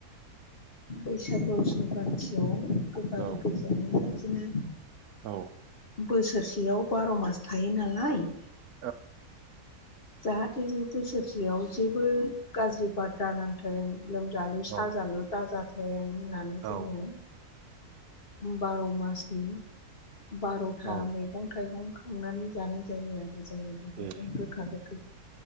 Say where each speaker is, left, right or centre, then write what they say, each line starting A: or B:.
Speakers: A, on the left (about 45°); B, on the right (about 75°).
A: बैसागु संक्रान्तियाव गोखा
B: औ
A: गोखै जानो बिदिनो
B: औ
A: बोसोरसेयाव बार' मास थायो नालाय
B: औ
A: जाहाथे बे बोसोरसेयाव जेबो गाज्रि बार दा नांथों लोमजालु साजालु
B: औ
A: दाजाथों होननानै जोङो
B: औ
A: बार' मासनि बार'था
B: औ
A: मैगं थाइगं खांनानै जानाय जायो आरो जोङो बेदरजों
B: ए
A: गोखा गोखै